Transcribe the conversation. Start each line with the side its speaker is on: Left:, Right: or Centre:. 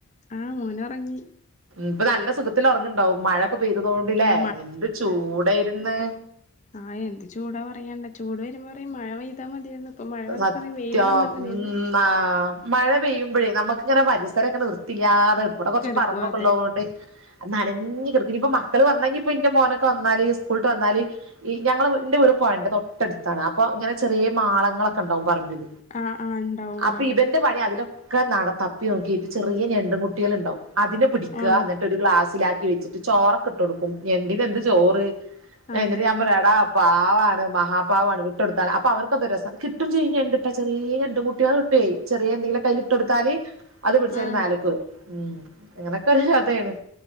Left: ആഹ് മോന് ഉറങ്ങി.
Right: ഇപ്പൊ നല്ല സുഖത്തിൽ ഉറങ്ങ്ണ്ടാവും മഴൊക്കെ പെയ്തതോണ്ട്ല്ലേ
Left: ആ
Right: എന്ത്‌ ചൂടേര്ന്ന്.
Left: ആഹ് എന്ത് ചൂടാ പറയണ്ട ചൂട് വരുമ്പോ പറയും മഴ പെയ്താ മതിയന്ന് ഇപ്പ മഴ. വന്നപ്പോ
Right: സത്യം
Left: പറയും വെയില് വന്നാ മതിയായിരുന്നു
Right: ഉം ആഹ്. മഴ പെയ്യുമ്പോഴേ നമുക്ക് ഇങ്ങനെ പരിസര ഇങ്ങനെ വൃത്തില്ലാതെ ഇവിടെ കുറച്ച്
Left: കെടുക്കുവാ
Right: പറമ്പൊക്കെള്ളതോണ്ട്.
Left: അതെ
Right: നനഞ്ഞ കടക്കുംഇനിപ്പ മക്കള് വന്നാഇപ്പ ഇന്റെ മോനൊക്കെ വന്നല് സ്കൂൾട്ട് വന്നാല്. ഈ ഞങ്ങളെ ന്റെ വീട് പോഴന്റെ തൊട്ടടുത്താണ് അപ്പൊ ഇങ്ങനെ ചെറിയ മാളങ്ങള ഇണ്ടാവും പറമ്പിൽ
Left: ആ ആ ഉണ്ടാവും ഉണ്ടാവും
Right: അപ്പ ഇവര്. എന്റെ പണി അതിലൊക്കെ നട തപ്പി നോക്കിയിട്ട് ചെറിയ ഞണ്ട് കുട്ടികൾ ഉണ്ടാവും. അതിനെ പിടിക്കഎന്നിട്ട്
Left: ആ
Right: ഒരു ഗ്ലാസ്സിലാക്കി വെച്ചിട്ട് ചോറൊക്കെ ഇട്ട് കൊടുക്കും ഞണ്ടിനെന്ത് ചോറ്. എന്നിട്ട്
Left: അതെ
Right: ഞാൻ പറയും എടാ പാവാണ് മഹാപാവാണ് വിട്ടൊടുത്തളാ അപ്പോഅവർക്കത് രസ കിട്ടും ചെയ്യുംഞണ്ട്ട്ടാൽ ചെറിയ ഞണ്ട് കുട്ടികളെ കിട്ടുയ് ചെറിയ എന്തെങ്കിലും അയില്ല് ഇട്ടുകൊടുതാല്ല്. അത് പിടിച്ച
Left: ആ
Right: ഓർ മേലക്ക് കേറും അങ്ങനൊക്കെ ഒരു കഥയാണ്.